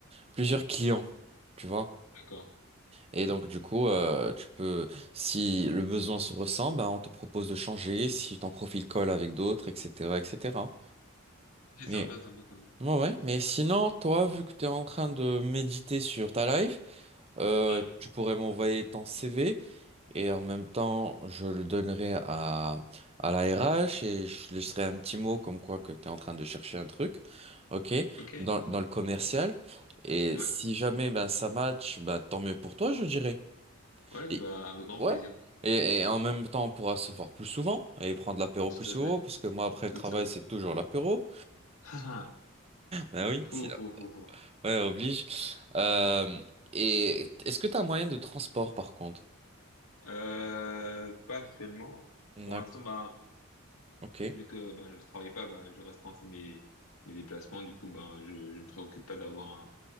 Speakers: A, on the right; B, on the left.
A: plusieurs clients. Tu vois?
B: D'accord.
A: Et donc du coup, euh, tu peux, si le besoin se ressent, ben, on te propose de changer, si ton profil colle avec d'autres, etc., etc.
B: Ok,
A: Mais
B: sympa, sympa, sympa.
A: ouais, ouais. Mais sinon, toi, vu que tu es en train de méditer sur ta life, euh,
B: Ouais.
A: tu pourrais m'envoyer ton CV et en même temps, je le donnerai à à la RH et je laisserai un petit mot comme quoi que tu es en train de chercher un truc, ok,
B: Ok.
A: dans dans le commercial. Et
B: Ouais.
A: si jamais ben ça match, ben tant mieux pour toi, je dirais.
B: Ouais,
A: Et
B: bah, avec grand
A: Ouais.
B: plaisir.
A: Et, et en même temps, on pourra se voir plus souvent et prendre l'apéro
B: Tout
A: plus souvent,
B: à fait.
A: parce que moi, après le
B: Tout
A: travail,
B: à fait.
A: c'est
B: <laughs>
A: toujours l'apéro.
B: Ah, ah.
A: Ben oui,
B: Faux,
A: si,
B: faux, faux, faux.
A: ouais, oblige. Euh,
B: Ouais.
A: et est-ce que tu as un moyen de transport, par contre?
B: Euh, pas actuellement.
A: D'accord.
B: Pour l'instant, ben,
A: Ok.
B: vu que ben, je travaille pas, ben, je restreins aussi mes, mes déplacements. Du coup, ben, je, je me préoccupe pas d'avoir un,